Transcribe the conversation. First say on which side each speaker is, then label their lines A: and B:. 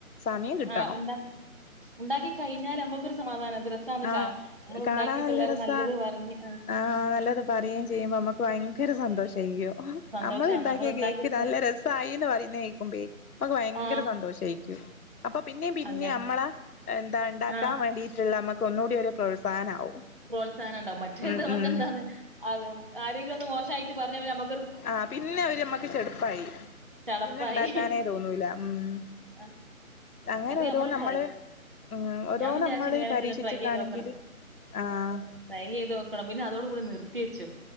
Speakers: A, on the left; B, on the right.
A: സമയം കിട്ടണോ
B: ആ ഉണ്ടാ ഉണ്ടാക്കി കഴിഞ്ഞാൽ നമ്മുക്കൊരു സമാധാനം രസാന്ന്
A: ആഹ്
B: കാണ നമ്മൾ
A: കാണാൻ
B: ഉണ്ടാക്കിട്ടെല്ലാരും
A: നല്ല രസാ
B: നല്ലത് പറഞ്ഞ് ആ
A: ആഹ്
B: ആ
A: നല്ലത് പറയുകയും ചെയ്യുമ്പോ നമ്മുക്ക് ഭയങ്കര സന്തോഷം ചെയ്യും
B: സന്തോഷാണ്
A: നമ്മള് ഉണ്ടാക്കിയ
B: നമ്മൾ ഉണ്ടാക്കിയൊരു
A: കേക്ക്
B: സം-
A: നല്ല രസമായിന്ന് പറയുന്ന കേൾക്കുമ്പേ നമക്ക് ഭയങ്കര
B: ആ
A: സന്തോഷായിരിക്കും അപ്പൊ പിന്നേം പിന്നേ
B: അങ്ങനെ
A: നമ്മള് എന്താ ഉണ്ടാക്കാൻ
B: ആ
A: വേണ്ടിട്ടുള്ള നമ്മ കൊന്നുകൂടി ഒരു പ്രോത്സാഹനാവും
B: പ്രോത്സാഹനം ഉണ്ടാവും മറ്റേത്
A: ഉം
B: മ
A: ഉം
B: ക്ക് എന്താണ് അത് ആരെങ്കിലും ഒന്ന് മോശായിട്ട് പറഞ്ഞ പിന്നെ നമ്മ
A: ആഹ് പിന്നെ ഒര് മ്മക്ക് ചടുപ്പായി
B: ചടപ്പായി
A: പിന്നെ ഉണ്ടാക്കാനേ തോന്നൂല ഉം.
B: ആ,
A: അങ്ങനെ
B: അത്
A: ഓരോ
B: നമ്മൾ
A: നമ്മള്
B: ട്രൈ
A: ഉം ഓരോ
B: ഞാൻ വിചാരിച്ചു
A: നമ്മള്
B: ഇങ്ങനെയൊക്കെ
A: പരീക്ഷിച്ചിട്ടാണെങ്കിൽ
B: ഒന്ന് ട്രൈ ചെയ്ത് നോക്കണം
A: ആഹ്
B: ട്രൈ ചെയ്ത് നോക്കണം പിന്നെ അതോടുകൂടി നിർത്തി വെച്ചു